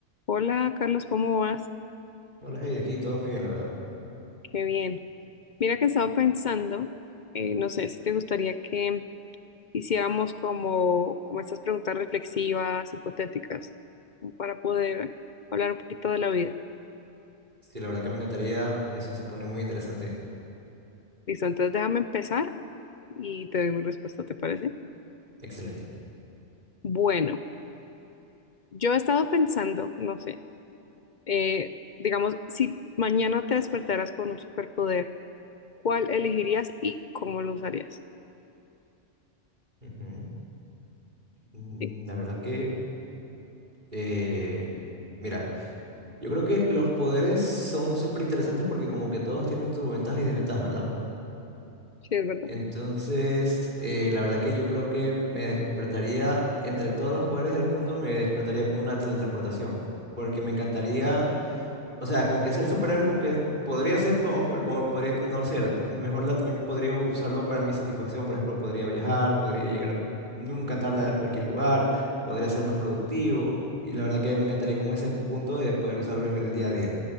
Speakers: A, on the left; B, on the right.
A: Hola Carlos, ¿cómo vas?
B: Hola, Heidi, aquí todo muy bien, la verdad.
A: Qué bien. Mira que estaba pensando, eh, no sé si te gustaría que hiciéramos como, como estas preguntas reflexivas, hipotéticas, como para poder hablar un poquito de la vida.
B: Sí, la verdad que me encantaría, eso se pone muy interesante.
A: Listo, entonces déjame empezar y te doy mi respuesta, ¿te parece?
B: Excelente.
A: Bueno, yo he estado pensando, no sé, eh, digamos, si mañana te despertaras con un superpoder, ¿cuál elegirías y cómo lo usarías?
B: Ujú. Mm,
A: Sí,
B: La verdad que, eh, mira, yo creo que los poderes son súper interesantes porque como que todos tienen sus ventajas y desventajas, ¿verdad?
A: sí, es verdad.
B: Entonces, eh, la verdad que yo creo que me despertaría, entre todos los poderes del mundo, me despertaría con una teletransportación, porque me encantaría O sea, como que ser superhéroe es como que podría ser como, pero como podría que no ser. Mejor la, también podría usarlo para mi satisfacción. Por ejemplo, podría viajar, podría llegar nunca tarde a cualquier lugar, podría ser más productivo. Y la verdad que me encantaría como ese punto de poder usarlo en el día a día.